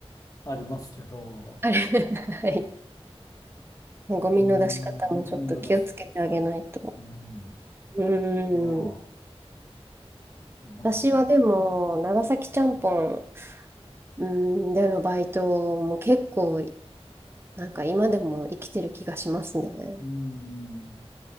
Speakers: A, on the left; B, on the right.
A: ありますけど、
B: あれ、<laughs> はい。ゴミの出し方もちょっと気をつけてあげないと。
A: うーん、ゴミの出し、うーん、
B: うーん。
A: いや、まあ、
B: 私はでも、長崎ちゃんぽん、うーん、でのバイトも結構、なんか今でも生きてる気がしますね。
A: うーん、